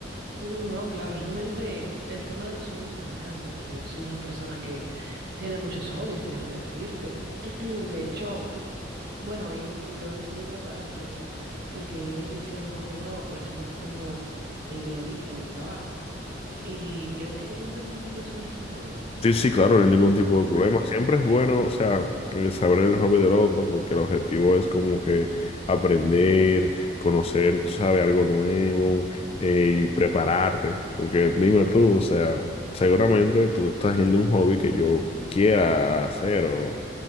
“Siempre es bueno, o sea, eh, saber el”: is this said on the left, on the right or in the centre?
Left